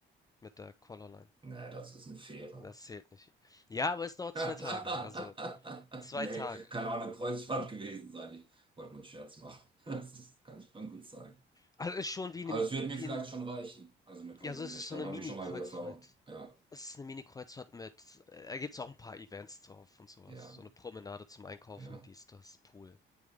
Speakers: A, on the left; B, on the right.
A: mit der Colorline.
B: Nee, das ist eine Fähre.
A: Das zählt nicht. Ja, aber es dauert
B: <laughs>
A: zwei Tage. Also zwei
B: Nee,
A: Tage.
B: kann auch eine Kreuzfahrt gewesen sein. Ich wollte nur einen Scherz machen. <laughs> Das kann schon gut sein.
A: Also ist schon wie
B: Aber
A: eine,
B: es wird mir
A: wie
B: vielleicht
A: ein,
B: schon reichen, also mir persönlich.
A: ja, so ist es ist
B: Dann
A: so eine
B: habe
A: Mini-Kreuzfahrt.
B: ich schon mal die Erfahrung. Ja,
A: Es ist eine Mini-Kreuzfahrt mit, äh, da gibt es auch ein paar Events drauf und sowas.
B: ja.
A: So eine Promenade zum Einkaufen,
B: Ja.
A: dies, das, Pool.